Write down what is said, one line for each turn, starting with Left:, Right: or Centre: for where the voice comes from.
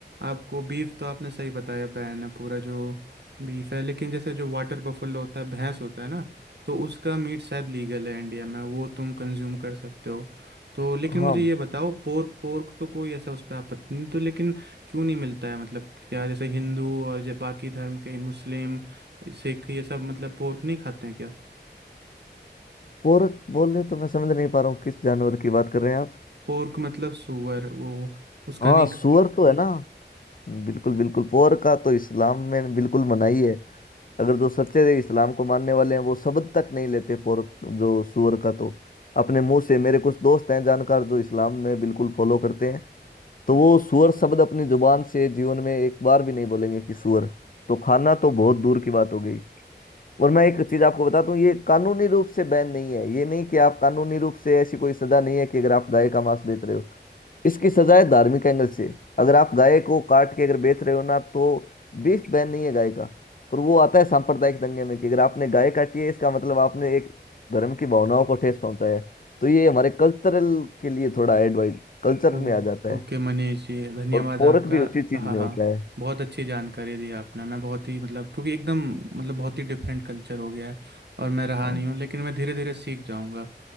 Right: आपको बीफ तो आपने सही बताया बैन है पूरा जो बीफ है लेकिन जैसे जो वाटर बफलो होता है भैंस होता है ना तो उसका मीट शायद लीगल है इंडिया में वो तुम कंज्यूम कर सकते हो तो लेकिन
Left: हाँ
Right: मुझे ये बताओ पोर्क पोर्क तो कोई ऐसा उस पर आपत्ति नहीं तो लेकिन क्यों नहीं मिलता है मतलब क्या जैसे हिंदू और जो बाकी धर्म के मुस्लिम सिख ये सब मतलब पोर्क नहीं खाते हैं क्या
Left: पोर्क बोले तो मैं समझ नहीं पा रहा हूँ किस जानवर की बात कर रहे हैं आप
Right: पोर्क मतलब सुअर वो उसका
Left: हाँ
Right: नहीं
Left: सुअर तो है ना बिल्कुल बिल्कुल पोर्क का तो इस्लाम में बिल्कुल मनाही है अगर जो सच्चे इस्लाम को मानने वाले हैं वो शब्द तक नहीं लेते पोर्क जो सुअर का तो अपने मुंह से मेरे कुछ दोस्त हैं जानकार जो इस्लाम में बिल्कुल फॉलो करते हैं तो वो सुअर शब्द अपनी जुबान से जीवन में एक बार भी नहीं बोलेंगे कि सुअर तो खाना तो बहुत दूर की बात हो गई और मैं एक चीज आपको बताता हूँ ये कानूनी रूप से बैन नहीं है ये नहीं कि आप कानूनी रूप से ऐसी कोई सजा नहीं है कि अगर आप गाय का मांस बेच रहे हो इसकी सजा है धार्मिक एंगल से अगर आप गाय को काट के अगर बेच रहे हो ना तो बीफ बैन नहीं है गाय का पर वो आता है सांप्रदायिक दंगे में कि अगर आपने गाय काटी है इसका मतलब आपने एक धर्म की भावनाओं को ठेस पहुंचाया है तो ये हमारे कल्चरल के लिए थोड़ा एडवाइस कल्चर में
Right: ओ,
Left: आ जाता
Right: ओके
Left: है
Right: मनीष ये धन्यवाद
Left: और पोरक
Right: आपका
Left: भी उसी चीज
Right: हाँ
Left: में
Right: हाँ
Left: होता है
Right: बहुत अच्छी जानकारी दी आपने मैं बहुत ही मतलब क्योंकि एकदम मतलब बहुत ही डिफरेंट कल्चर हो गया है और मैं रहा
Left: हाँ
Right: नहीं हूँ लेकिन मैं धीरे धीरे सीख जाऊँगा